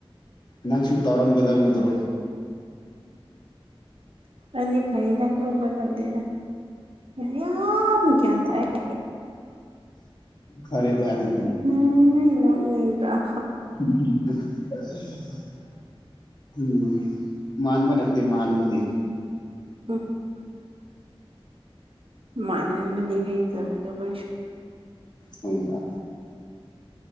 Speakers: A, on the left; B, on the right.
A: ꯅꯪꯁꯨ ꯇꯧꯔꯝꯒꯗꯕꯗꯣ
B: ꯑꯩꯗꯤ ꯐꯩꯌꯦꯗ ꯑꯗꯨꯒꯨꯝꯕ ꯇꯧꯗꯦꯗ ꯌꯥꯝ ꯒ꯭ꯌꯥꯟ ꯇꯥꯏꯌꯦ
A: ꯐꯔꯦꯗ ꯑꯗꯨꯗꯤ
B: ꯎꯝ ꯅꯣꯛꯅꯤꯡꯗ꯭ꯔ
A: ꯑꯁ ꯎꯝ ꯃꯥꯅꯕ ꯅꯠꯇ ꯃꯥꯥꯟꯕꯅꯤ
B: ꯎꯝ ꯃꯥꯗꯗꯤ ꯍ ꯆꯗꯧꯕ
A: ꯍꯗ